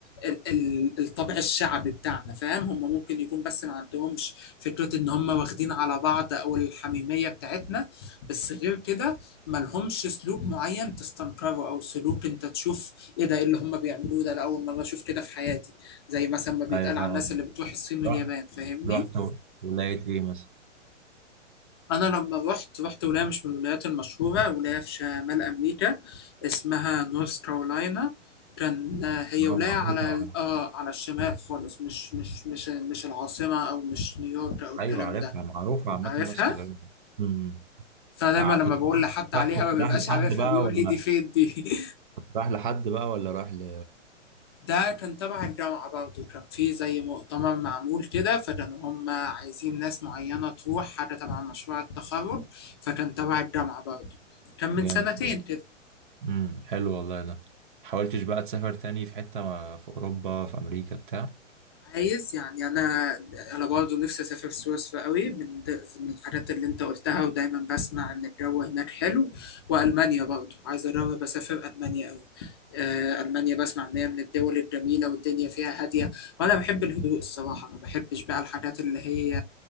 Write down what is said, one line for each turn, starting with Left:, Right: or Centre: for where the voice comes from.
Left: ال- ال- الطابع الشعبي بتاعنا فاهم هم ممكن يكون بس ما عندهمش فكرة ان هم واخدين على بعض او الحميمية بتاعتنا بس غير كده ما لهمش سلوك معين تستنكره او سلوك انت تشوف ايه ده إيه اللي هم بيعملوه ده انا اول مرة اشوف كده في حياتي زي مثلا ما بيتقال
Right: ايوه فاهم
Left: عن الناس
Right: قصدك.
Left: اللي بتروح الصين واليابان
Right: رحت
Left: فاهمني
Right: رحت و- ولقيت ايه مثلا
Left: أنا لما رحت رحت ولاية مش من الولايات المشهورة ولاية في شمال أمريكا اسمها نورث كارولاينا كان آه، هي ولاية
Right: اه معروفة
Left: على
Right: يعني
Left: ال- آه على الشمال خالص مش مش مش مش العاصمة أو مش نيويورك أو الكلام
Right: ايوه عارفها
Left: ده
Right: معروفة عامة
Left: عارفها؟
Right: النورث كارولينا امم
Left: فدايما
Right: تع-
Left: لما
Right: كنت
Left: بقول لحد
Right: راح
Left: عليها
Right: كنت
Left: ما بيبقاش
Right: رايح لحد
Left: عارفها
Right: بقى
Left: بيقول
Right: ولا
Left: لي دي فين دي <laughs>
Right: كنت رايح لحد بقى ولا رايح ل
Left: ده كان تبع الجامعة برضه كان في زي مؤتمر معمول كده فكانوا هم عايزين ناس معينة تروح حاجة تبع مشروع التخرج فكان تبع الجامعة برضه كان من
Right: جامد
Left: سنتين
Right: والله
Left: كده
Right: امم حلو والله ده حاولتش بقى تسافر تاني في حتة ما- في اوروبا في امريكا بتاع
Left: عايز يعني انا انا برضه نفسي اسافر سويسرا قوي من د- من الحاجات اللي انت قلتها ودايما بسمع ان الجو هناك حلو والمانيا برضه عايز اجرب اسافر المانيا قوي آه، المانيا بسمع ان هي من الدول الجميله والدنيا فيها هاديه وانا بحب الهدوء الصراحه ما بحبش بقى الحاجات اللي هي